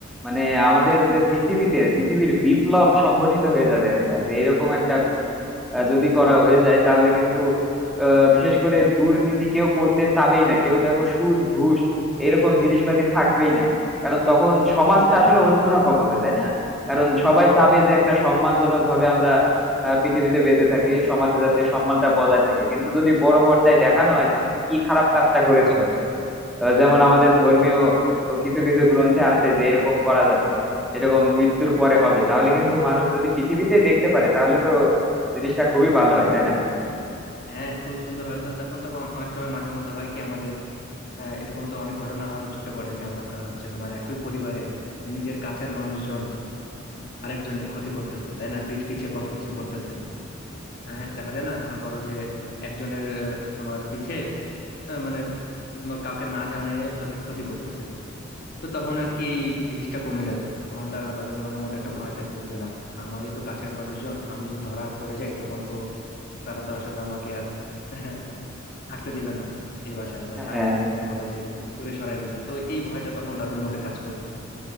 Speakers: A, in the centre; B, on the left (about 50°).
A: মানে আমাদের যে পৃথিবীতে পৃথিবীর বিপ্লব সংগঠিত হয়ে যাবে একটা যে এরকম একটা আহ, যদি করা হয়ে যায় তাহলে কিন্তু আহ, বিশেষ করে দুর্নীতি কেউ করতে চাবেই না কেউ দেখো সুদ ঘুষ এরকম জিনিসপাতি থাকবেই না কারণ তখন সমাজটা
B: হ্যাঁ
A: আসলে অন্যরকম হবে তাই না কারণ সবাই চাবে যে একটা সম্মানজনক ভাবে আমরা আহ, পৃথিবীতে বেঁচে থাকি সমাজে যাতে সম্মানটা বজায় থাকে কিন্তু যদি বড় পর্দায়
B: হুম
A: দেখানো হয় যে তুমি কি খারাপ কাজটা করেছো আহ যেমন আমাদের ধর্মীয় ও কিছু কিছু গ্রন্থে আছে যে এরকম করা যাবে এরকম মৃত্যুর পরে হবে তাহলে কিন্তু মানুষ যদি পৃথিবীতে দেখতে পারে তাহলে তো জিনিসটা খুবই ভালো হয় তাই না
B: হ্যাঁ খুবই সুন্দর হয়তো তখন তখন অনেক সময় মাঝে মধ্যে হয় কি আমাদের আহ, এরকম তো অনেক ঘটনা আমাদের চোখে পড়ে যে আমা- আহ, হচ্ছে তোমার একই পরিবারে নিজের কাছের মানুষজন আরেকজনের ক্ষতি করতেছে তাই না পিঠ পিছে কত কিছু করতেছে হ্যাঁ দেখা যায় না মনে করো যে একজনের আহ, তোমার পিছে আহ, মানে তোমার কাউকে না জানায় তাদের ক্ষতি করতেছে তো তখন আর কি এই জিনিসটা কমে যাবে তখন তারা তাদের মনের মধ্যে একটা ভয় থাকবে যে না আমারই তো কাছের মানুষজন আমি যদি ধরা পড়ে যাই তখন তো তারা তো আসলে আমাকে আর <laughs> থাকতে দিবে না এই বাসায় বা
A: হ্যাঁ
B: থা-
A: হ্যাঁ।
B: মানে মনে করো যে দূরে সরাই দিবে তো এই ভয়টা তখন তাদের মধ্যে কাজ করবে